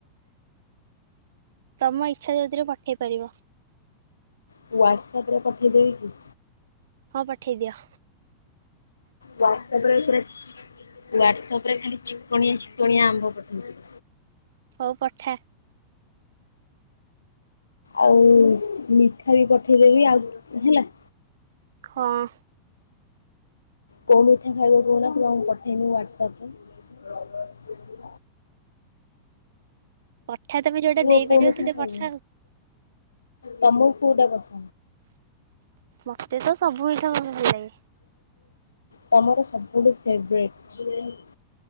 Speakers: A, on the right (about 60°); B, on the left (about 75°).
A: ତମ ଇଚ୍ଛା ଯୋଉଥିରେ ପଠେଇ ପାରିବ।
B: ହ୍ୱାଟ୍ସଅପରେ ପଠେଇଦେବି କି?
A: ହଁ ପଠେଇଦିଅ।
B: ହ୍ୱାଟ୍ସଅପରେ ପୁରା ଚି ହ୍ୱାଟ୍ସଅପରେ ଖାଲି ଚିକଣିଆ ଚିକଣିଆ ଆମ୍ବ ପଠୋଉଚି।
A: ହୋଉ ପଠା।
B: ଆଉ ମିଠା ବି ପଠେଇଦେବି ଆଉ ହେଲା।
A: ହଁ।
B: କୋଉ ମିଠା ଖାଇବ କୋହୁନ ପୁରା ମୁଁ ପଠେଇମି ହ୍ୱାଟ୍ସଅପରେ।
A: ପଠା ତମେ ଯୋଉଟା
B: କୁହ
A: ଦେଇପାରିବ
B: କୋଉ ମିଠା
A: ସେଟା
B: ଖାଇବ?
A: ପଠା ଆଉ।
B: ତମକୁ କୋଉଟା ପସ
A: ମତେ ତ ସବୁ ମିଠା ମତେ ଭଲ ଲାଗେ।
B: ତମର ସବୁଠୁ ଫେବେ୍ରେଟ୍?